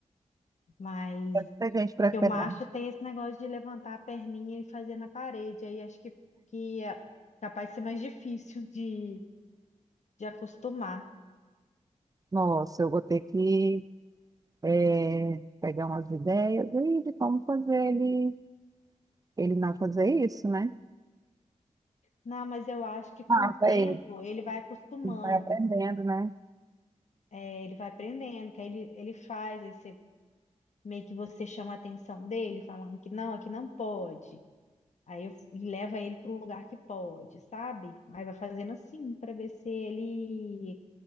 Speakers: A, on the left; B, on the right.
A: mas
B: muita gente prefere.
A: porque o macho tem esse negócio de levantar a perninha e fazer na parede, aí acho que, que é capaz de ser mais difícil de, de acostumar.
B: Nossa, eu vou ter que eh, pegar umas ideias aí de como fazer ele, ele não fazer isso, né?
A: Não, mas eu acho que com
B: Ah,
A: o tempo
B: vai,
A: ele vai acostumando,
B: vai aprendendo, né?
A: é, ele vai aprendendo, que aí ele, ele faz, aí você, meio que você chama a atenção dele, falando que não, aqui não pode. Aí eu, e leva ele para o lugar que pode, sabe? Aí vai fazendo assim para ver se ele